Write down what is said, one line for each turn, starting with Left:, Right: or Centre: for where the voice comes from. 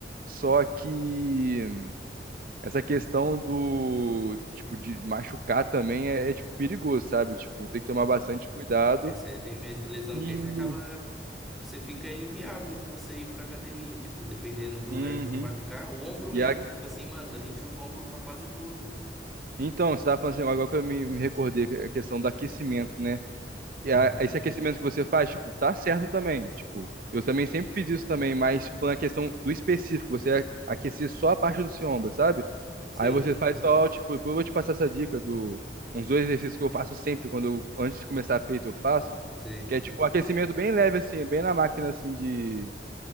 Right: Só que essa questão do, tipo, de machucar também é, é, tipo, perigoso, sabe? Tipo, tem que tomar bastante cuidado.
Centre: É, isso aí, eu tenho medo de lesão,
Right: E...
Centre: porque aí você acaba. Você fica inviável você ir pra academia, tipo, dependendo do
Right: Uhum.
Centre: lugar que você machucar, o ombro mesmo.
Right: E a...
Centre: Tipo assim, mano, a gente usa o ombro pra quase tudo.
Right: Então, você tava falando assim, agora que eu me, me recordei, a questão do aquecimento, né? E
Centre: Uhum.
Right: a, esse aquecimento que você faz, tipo, tá certo também. Tipo, eu também sempre fiz isso também, mas tipo, falando a questão do específico, você a- aquecer só a parte do seu ombro, sabe?
Centre: Sei,
Right: Aí você faz só, tipo, depois eu vou te passar essa dica do uns dois exercícios que eu faço sempre quando eu antes de começar a peito eu faço,
Centre: sei,
Right: que é tipo um aquecimento bem leve assim, é bem na máquina assim de